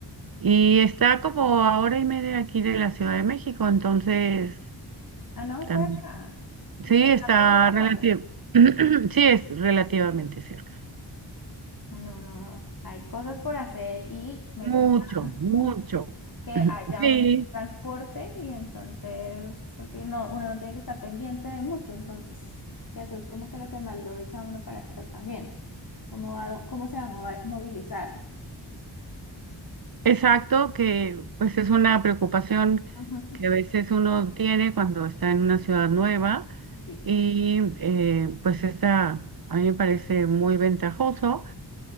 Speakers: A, on the right; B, on the left.
A: Y está como a hora y media aquí de la Ciudad de México, entonces
B: Ah, no, cerca.
A: también. Sí,
B: Toca
A: está
B: aprovecharlo.
A: relativo. <clears throat> Sí, es relativamente cerca.
B: Ah, no, no. Hay cosas por hacer y me
A: Mucho,
B: gusta
A: mucho.
B: mucho que haya
A: Sí,
B: un transporte y entonces, porque no, uno no tiene que estar pendiente de mucho, entonces, que eso es como que lo que más lo echa a uno para atrás también, cómo, va- cómo se va a mova- movilizar.
A: exacto, que pues es una preocupación
B: Ujú.
A: que a veces uno tiene cuando está en una ciudad nueva
B: Sí,
A: y eh, pues esa a mí me parece muy ventajoso.